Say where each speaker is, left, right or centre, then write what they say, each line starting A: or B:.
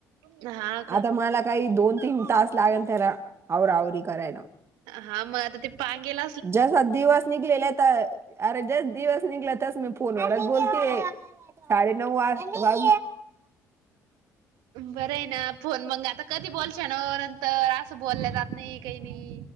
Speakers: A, on the right; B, on the right.
A: दोन्ही हा का
B: आता मला काही दोन तीन तास लागेल त्याला आवराआवरी करायला
A: हा मग आता ते पांगेल
B: जसा दिवस निघलेला त अरे जस दिवस निघला तस मी फोनवरच बोलतीये. साडेनऊ वाज वाज
A: बरय ना फोन? मंग आता कधी बोलशान ओ न <unintelligible> तर असं बोलले जात नई काही नई.